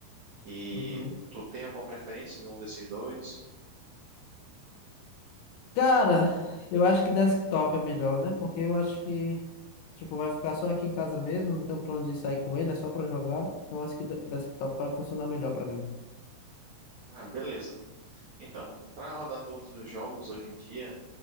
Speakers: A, on the right (about 75°); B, on the left (about 80°).
A: E
B: Uhum.
A: tu tem alguma preferência de um desses dois?
B: Cara, eu acho que desktop é melhor, né? Porque eu acho que, tipo, vai ficar só aqui em casa mesmo, não tem um plano de sair com ele, é só pra jogar. Então, eu acho que de- desktop vai funcionar melhor pra mim.
A: Ah, beleza. Então, para rodar todos os jogos hoje em dia,